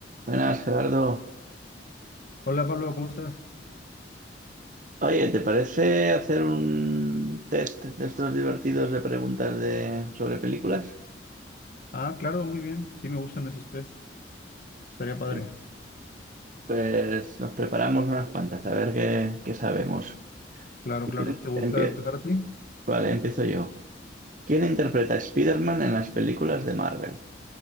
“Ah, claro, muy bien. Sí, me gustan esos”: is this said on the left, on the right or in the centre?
Left